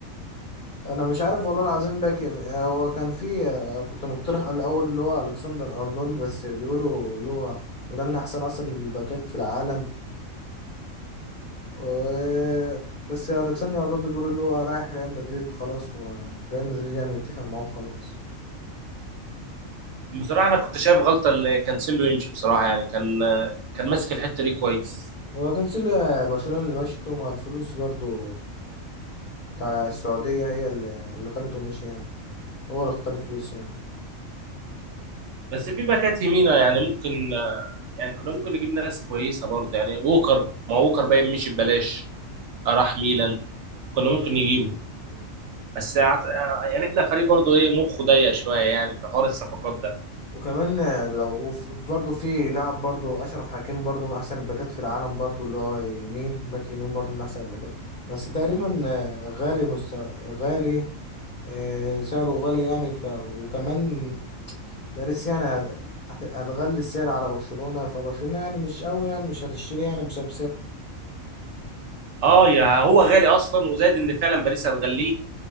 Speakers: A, on the left (about 45°); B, on the right (about 65°).
A: انا مش عارف والله العظيم باك آه، هو كان في آه، كنت مقترح على الاول اللي هو الكسندر ارنولد بس بيقولوا اللي هو وده من احسن اصلا الباكات في العالم و- بس الكسندر ارنولد بيقولوا اللي هو رايح ريال مدريد خلاص هو ريال مدريد يعني متفق معاه خلاص
B: بصراحه انا كنت شايف غلطه ان كانسيلو يمشي بصراحه يعني كان كان ماسك الحته دي كويس
A: هو كان سيل- برشلونة اللي مشته مع الفلوس برضو بتاع السعودية هي اللي اللي خلته مشي يعني هو اللي اختار الفلوس يعني
B: بس في باكات يمينة يعني ممكن يعني كنا ممكن نجيب ناس كويسه برضه يعني ووكر ما ووكر باين مشي ببلاش راح ميلان كنا ممكن نجيبه بس أعت- يعني احنا فريق برضه ايه مخه ضيق شويه يعني في حوار الصفقات ده
A: وكمان لو وف- برضو في لاعب برضو أشرف حكيمي برضو من أحسن الباكات في العالم برضو اللي هو يمين باك يمين برضو من أحسن الباكات بس تقريبا آه، غالي مست... غالي آه، سعره غالي يعني ف... وكمان باريس يعني هت- هت- هتغلي السعر على برشلونة فبرشلونة يعني مش قوي يعني مش هتشتري يعني بسبب
B: اه يا هو غالي اصلا وزائد ان فعلا باريس هتغليه